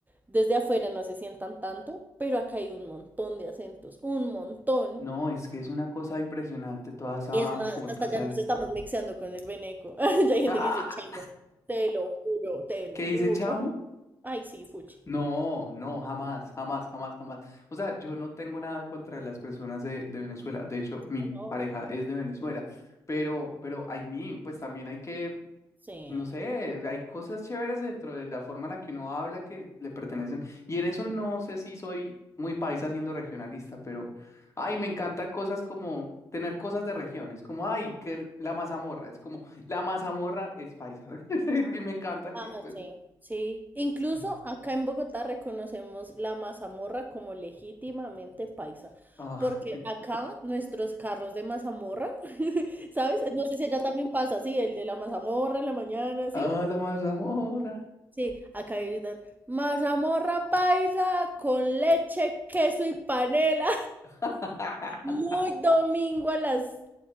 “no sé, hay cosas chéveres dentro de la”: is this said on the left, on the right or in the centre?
Left